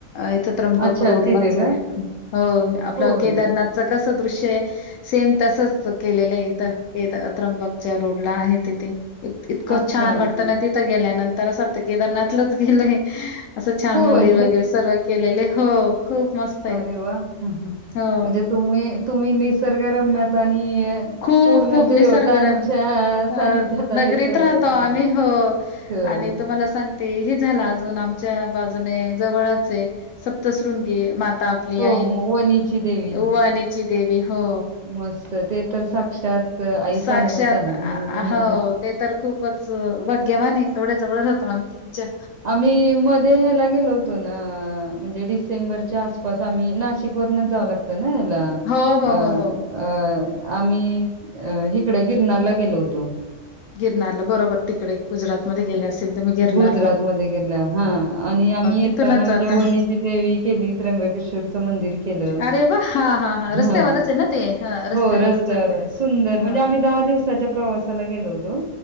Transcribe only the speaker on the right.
अच्छा
तिथे
का?
होय.
अच्छा.
होय.
अरे वाह ह म्हणजे
तुम्ही तुम्ही निसर्गरम्यत. पण
पूर्ण
देवतांच्या
सानिध्यात
आहेत थोडक्या
सांग-
हं.
हो,
म वणीची देवी.
मस्त ते तर साक्षात आई
साहेबच आहे.
आम्ही म ह्याला गेलो होतो ना म्हणजे डिसेंबरच्या आसपास आम्ही नाशिक वरनच जावं लागत ना ह्याला?
अ
अ आम्ही अ हिकड गिरनारला गेलो होतो.
गुजरात मध्ये गेल्या हा आणि आम्ही येताना
म्हणजे
वणीची देवी केली त्र्यंबकेश्वर मंदिर केलं
ह
हो रस्त्यावर
सुंदर म्हणजे
आम्ही दहा दिवसाच्या प्रवासाला गेलो होतो.